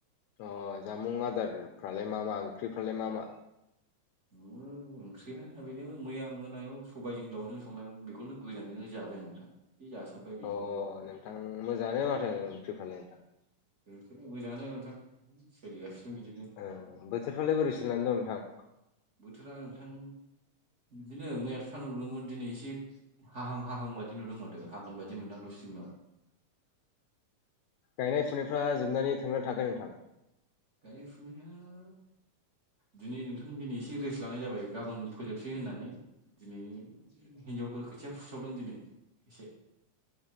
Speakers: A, on the left; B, on the right.
A: अ जामुं आदारफ्रालाय मा मा ओंख्रिफ्रालाय मा मा??
B: उम-' ओंख्रिया बेनो मैया मोनायाव सबायजों दाउजों संनायमोन बेखौनो गोजांजोंनो जाबाय आं नोंथां। जि जासोबबाय-'
A: अ नोंथां मोजाङानो माथो ओंख्रिफ्रालाय नोंथां।
B: जोंथ' मोजाङानो नोंथां सोलिगासिनों बिदिनो
A: <unintelligible> बिसोरफ्रालाय बोरै सोन दं नोंथां।
B: बोथोरा नोंथां बिदिनो मैयाथ' सानदुं दुदोंमोन दिनै एसे हाहां हाहां बायदि नुदों माथो हागोन बायदि मोनदां दसे उनाव
A: गायनाय फुनायफ्रा जोबनानै थांना थागोन नोंथां?
B: गारि फनायहा दिनै नोंथां दिनै एसे रेस्ट लानाय जाबाय गाबोन फोजोबसै होननानै दिनै हिनजावफोर खोथिया फुसावदों दिनै एसे